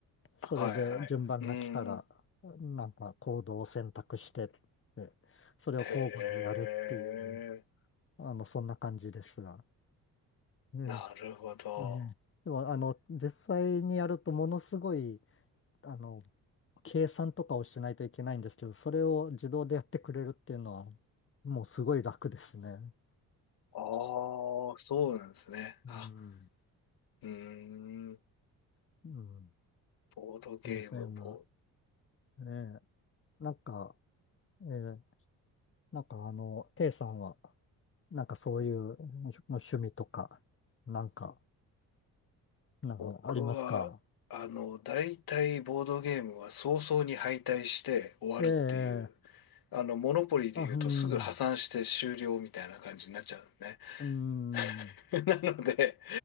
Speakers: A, on the left; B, on the left.
A: それで順番が来たら、
B: はいはい。うん。
A: なんかコードを選択してって、それを交互にやるっていう。
B: へえ、
A: あの、そんな感じですが。うん。
B: なるほど。
A: ねでも、あの、実際にやるとものすごい、あの、計算とかをしないといけないんですけど、それを自動でやってくれるっていうのは、もうすごい楽ですね。
B: ああ、そうなんですね。
A: うん。
B: あ、うーん。
A: うん。
B: ボードゲーム、
A: d s ム
B: ボ
A: ええ。なんか、ええ、なんかあの、K さんは、なんかそういう趣趣味とか、なんか、なんかありますか
B: 僕は、あの、大体ボードゲームは早々に敗退して終わるっていう、
A: ええ、
B: あの、モノポリーで言うとすぐ破産して終了みたいな感じになっちゃうのね。
A: あ、うん、うん、
B: <laughs> なので、